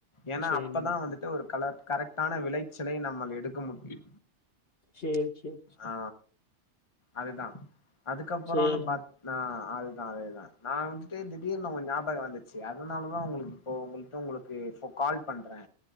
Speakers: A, on the left; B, on the left.
A: ஏனா
B: சேரிங்க
A: அப்பதா வந்துட்டு ஒரு கலர் கரெக்டான விளைச்சலை நம்மள் எடுக்க முடியு
B: சேர் சேர்
A: ஆ அதுதா அதுக்கப்பறோனு
B: சேரிங்
A: பாத் ஆ அதுதா அதேதா நா வந்துட்டு திடீர்னு ஒங்க ஞாபக வந்துச்சு அதுனாலதா ஒங்களுக்கு இப்போ ஒங்கள்ட்ட ஒங்களுக்கு ஃபோ கால் பண்றே